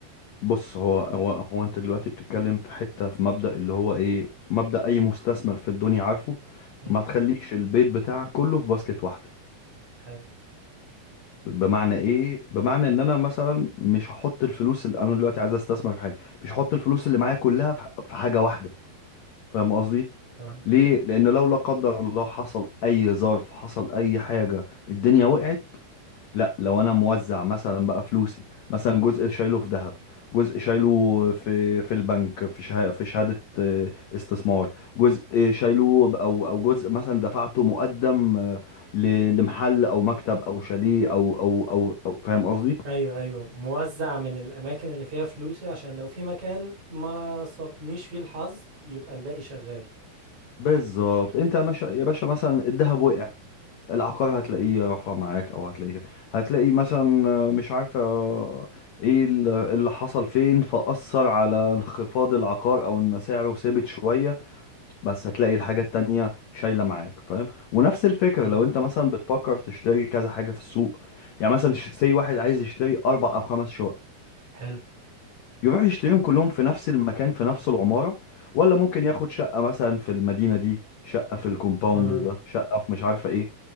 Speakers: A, on the left; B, on the right.
A: بص هو هو هو انت دلوقتي بتتكلم في حتة في مبدأ اللي هو ايه مبدأ اي مستثمر في الدنيا عارفه
B: مم،
A: ما تخليش البيت بتاعك كله في باسكت واحدة
B: حلو
A: بمعنى ايه بمعنى ان انا مثلا مش هحط الفلوس اللي انا دلوقتي عايز استثمر في حاجة مش هحط الفلوس اللي معايا كلها في في حاجة واحدة فاهم قصدي
B: فاهمك
A: ليه لان لو لا قدر الله حصل اي ظرف حصل اي حاجة الدنيا وقعت لا لو انا موزع مثلا بقى فلوسي مثلا جزء شايله في ذهب جزء شايله في في البنك في شها في شهادة آه، استثمار جزء شايله ب- او او جزء مثلا دفعته مقدم آه، ل- لمحل او مكتب او شاليه او او او, أو فاهم قصدي
B: ايوه ايوه موزع من الاماكن اللي فيها فلوسي عشان لو في مكان ما صابنيش فيه الحظ يبقى الباقي شغال
A: بالظبط انت يا باشا يا باشا مثلا الذهب وقع العقار
B: مم.
A: هتلاقيه رفع معاك او هتلاقيه هتلاقي مثلا آه، مش عارفه آه، ايه ال- اللي حصل فين فأثر على انخفاض العقار او ان سعره ثابت شويه بس هتلاقي الحاجه التانية شايله معاك فاهم ونفس الفكره
B: مم،
A: لو انت مثلا بتفكر تشتري كذا حاجه في السوق يعني مثلا سي واحد عايز يشتري اربع او خمس شقق
B: حلو
A: يروح يشتريهم كلهم في نفس المكان في نفس العماره ولا ممكن ياخد شقه مثلا في المدينه دي شقه في الكومباوند
B: اه
A: ده شقه في مش عارفه ايه